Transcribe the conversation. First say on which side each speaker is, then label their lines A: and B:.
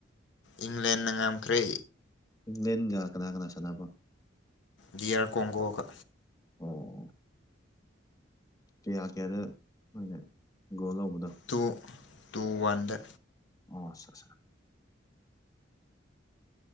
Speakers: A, on the left; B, on the left.
A: ꯏꯪꯂꯦꯟꯅ ꯉꯝꯈ꯭ꯔꯦ
B: ꯃꯦꯟꯒ ꯀꯅꯥ ꯀꯅꯥ ꯁꯅꯥꯄꯣ
A: ꯗꯤꯌꯥꯔ ꯀꯣꯡꯒꯣꯒ
B: ꯑꯣ ꯀꯌꯥ ꯀꯌꯥꯗꯣꯏꯅ ꯒ꯭ꯔꯣ ꯂꯧꯕ
A: ꯇꯨ ꯇꯨ ꯋꯥꯟꯗ
B: ꯑꯣ ꯑ ꯑ